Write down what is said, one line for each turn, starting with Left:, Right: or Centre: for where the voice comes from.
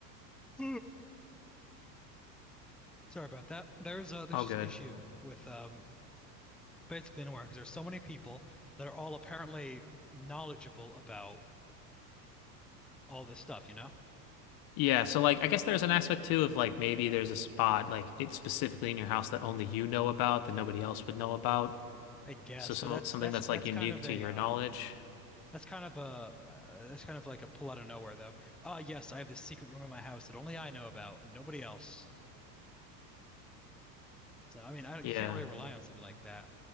Centre: <sighs> sorry about that. There's a there's
Left: Oh,
Centre: just
Left: good.
Centre: issue with um basically nowhere because there's so many people that are all apparently knowledgeable about all this stuff. You know?
Left: Yeah, so like I guess there's an aspect too of like maybe there's a spot like it's specifically in your house that only you know about that nobody else would know about.
Centre: I guess,
Left: So some
Centre: but that's
Left: something
Centre: that's
Left: that's
Centre: that's
Left: like unique
Centre: kind of
Left: to
Centre: a
Left: your
Centre: uh,
Left: knowledge.
Centre: That's kind of a uh, that's kind of like a pull out of nowhere though. Uh yes, I have this secret room in my house that only I know about and nobody else. So I mean, I don't,
Left: Yeah.
Centre: you can't really rely on something like that.